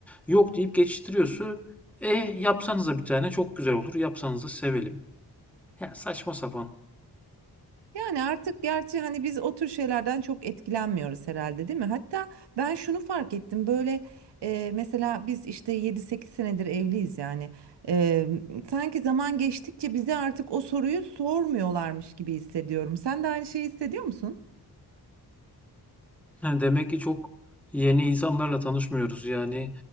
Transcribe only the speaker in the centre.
Yok deyip geçiştiriyorsun. E yapsanıza bir tane çok güzel olur. Yapsanıza sevelim. Ya saçma sapan
Yani demek ki çok yeni insanlarla tanışmıyoruz. Yani